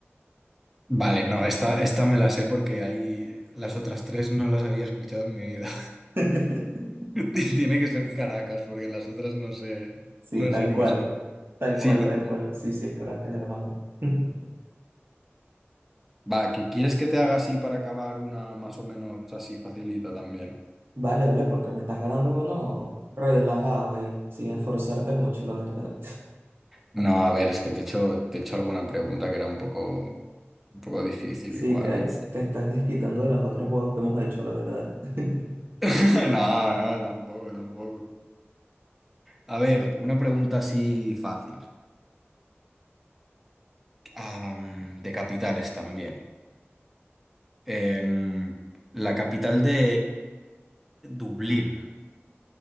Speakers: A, in the centre; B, on the right.
A: Vale, no, esta, esta me la sé porque ahí las otras tres no las había escuchado en mi vida.
B: <laughs>
A: <laughs> Ti- Tiene que ser Caracas, porque las otras no sé,
B: Sí,
A: no
B: tal
A: sé ni
B: cual.
A: qué son.
B: Tal
A: Sí,
B: cual,
A: ¿no?
B: tal cual. Sí, sí, es Caracas, hermano. <laughs>
A: Va, ¿qui- ¿quieres que te haga así para acabar una más o menos así facilita también?
B: Vale, vale, porque me estás ganando uno relajado ahí, sin esforzarte mucho, la verdad.
A: No, a ver, es que te he hecho, te he hecho alguna pregunta que era un poco, un poco difícil
B: Sí,
A: igual,
B: te,
A: ¿eh?
B: te estás desquitando de los otros juegos que hemos hecho, la verdad. <laughs>
A: <laughs> No, no, tampoco, tampoco. A ver, una pregunta así fácil. Am, de capitales también. Em, la capital de Dublín,